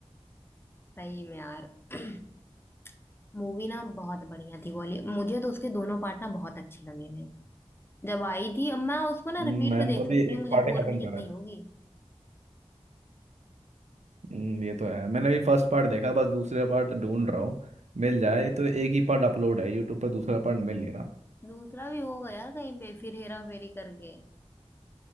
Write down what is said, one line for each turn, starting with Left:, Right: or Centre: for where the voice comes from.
Left: सही में यार <clears throat> मूवी ना बहुत बढ़िया थी वाली मुझे तो उसके दोनों पार्ट ना बहुत अच्छे लगे थे जब आई थी अब मैं उसको ना
Right: हम्म,
Left: रिपीट
Right: मैंने
Left: पे देख
Right: तो अभी
Left: सकती हूँ
Right: एक
Left: मुझे
Right: पार्ट
Left: बोरियत
Right: ही खत्म करा
Left: नहीं
Right: है
Left: होगी
Right: हम्म, ये तो है मैंने अभी फर्स्ट पार्ट देखा बस दूसरे पार्ट ढूंढ रहा हूँ मिल जाए तो एक ही पार्ट अपलोड है यूट्यूब पर दूसरा पार्ट मिल नहीं रहा
Left: दूसरा भी होगा यार कहीं पे फिर हेरा फेरी करके